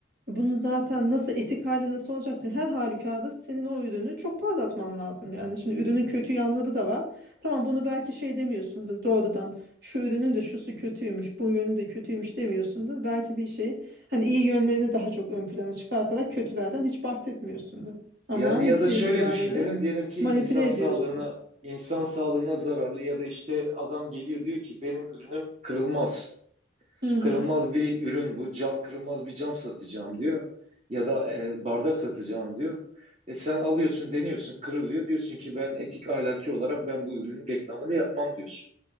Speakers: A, on the right; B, on the right.
A: Bunun zaten nasıl etik hali nasıl olacaktı? Her halükarda senin o ürünü çok parlatman lazım. Yani şimdi ürünün kötü yanları da var. Tamam bunu belki şey demiyorsundur doğrudan. Şu ürünün de şusu kötüymüş, bu yönü de kötüymüş demiyorsundur. Belki bir şey hani iyi yönlerini daha çok ön plana çıkartarak kötülerden hiç bahsetmiyorsundur. Ama
B: Yani
A: netice
B: ya da şöyle
A: itibariyle
B: düşünelim diyelim ki
A: manipüle
B: insan
A: ediyorsun.
B: sağlığına insan sağlığına zararlı ya da işte adam geliyor diyor ki benim ürünüm kırılmaz.
A: Hı hı.
B: Kırılmaz bir ürün bu. Cam kırılmaz bir cam satacağım diyor. Ya da e, bardak satacağım diyor. E sen alıyorsun, deniyorsun, kırılıyor. Diyorsun ki ben etik ahlaki olarak ben bu ürünün reklamını yapmam diyorsun.